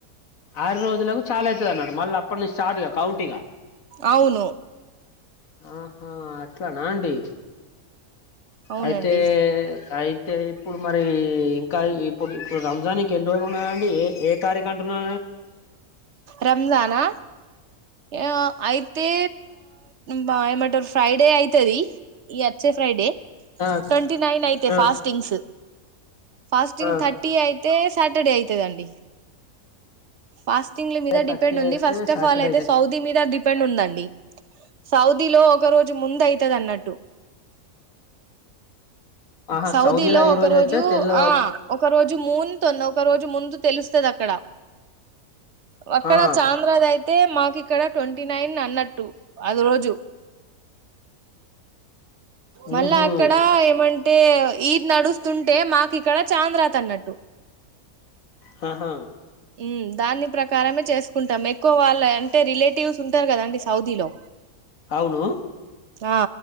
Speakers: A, on the left (about 70°); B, on the right (about 55°).
A: ఆరు రోజులకు చాలా అయితది అన్నడు మళ్ళీ అప్పటి నుంచి స్టార్ట్ గా కౌంట్ ఇగా
B: అవును
A: ఆహా అట్లా నా అండి
B: అవునండి
A: అయితే అయితే ఇప్పుడు మరీ ఇంకా ఇప్పుడు ఇప్పుడు రంజాన్కి ఎన్ని రోజులు ఉన్నాండి ఏ ఏ తారీఖు అంటున్నా
B: రంజానా ఏ ఆయి తే బాయ మటర్ ఫ్రైడే అయితే అది ఈ వచ్చే ఫ్రైడే
A: ఆ
B: ట్వంటీ నైన్ అయితే
A: ఆ
B: ఫాస్టింగ్స్ ఫాస్టింగ్
A: ఆ
B: థర్టీ అయితే సాటర్డే అవుతదండి పాస్ టింగ్ మీద డిపెండ్
A: థర్టీ
B: ఉంది
A: అయితే
B: ఫస్ట్ ఆఫ్
A: సాటర్డే
B: ఆల్ అయితే సౌదీ మీద డిపెండ్ ఉందండి <inaudible> సౌదీలో ఒక రోజు ముందు అయితది అన్నట్టు
A: ఆహా
B: సౌదీలో
A: ఈ
B: ఒక రోజు
A: అయితే తెల్ల
B: ఆ ఒక రోజు మూన్ తోన్ ఒక రోజు ముందు తెలుస్తదక్కడ వక్కడ
A: ఆహా
B: చాంద్రాద్ ఐతే మాకిక్కడ ట్వంటీ నైన్ అన్నట్టు ఆ రోజు మళ్ళా
A: ఊహు
B: అక్కడ ఏమన్ టే ఈద్ నడుస్తుంటే మాకిక్కడ చాంద్రాత్ అన్నట్టు
A: హాహా
B: మ్ దాన్ని ప్రకారమే చేసుకుంటాం ఎక్కువ వాళ్ళె ఎన్ టే రిలేటివ్స్ ఉంటారు కదండి సౌదీలో
A: అవును
B: ఆ